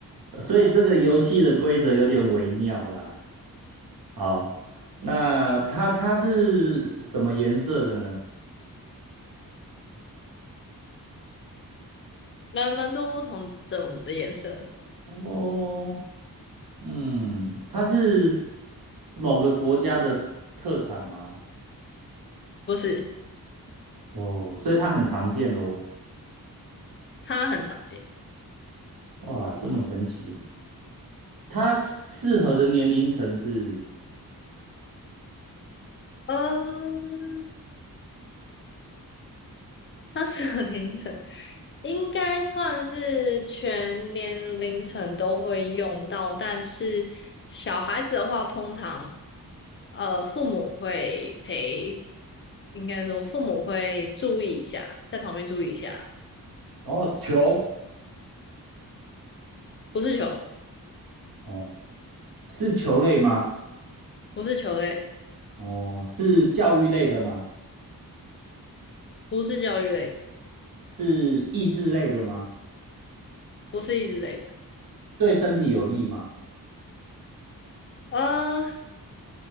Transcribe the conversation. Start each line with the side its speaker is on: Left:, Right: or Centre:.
Right: 所以这个游戏的规则有点微妙啦。好，那它它是什么颜色的呢？
Left: 蛮蛮多不同种的颜色，
Right: 哦，嗯，它是某个国家的特产吗？
Left: 不是？
Right: 哦，所以它很常见喽。
Left: 它很常见。
Right: 哇，这么神奇。它适合的年龄层是
Left: 嗯，<laughs> 它是个凌晨，应该算是全年凌晨都会用到，但是小孩子的话，通常呃父母会陪，应该说父母会注意一下，在旁边注意一下。
Right: 哦，球，
Left: 不是球，
Right: 哦，是球类吗？
Left: 不是球类，
Right: 哦，是教育类的吗？
Left: 不是教育类的，
Right: 是益智类的吗？
Left: 不是益智类的。
Right: 对身体有益吗？
Left: 呃，